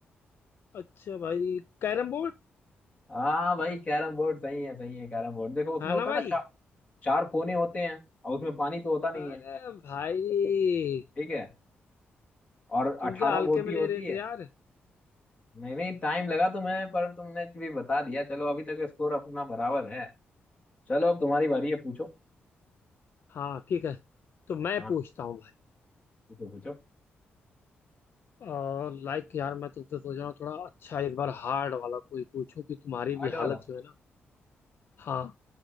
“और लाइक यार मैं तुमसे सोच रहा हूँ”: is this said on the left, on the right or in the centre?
Left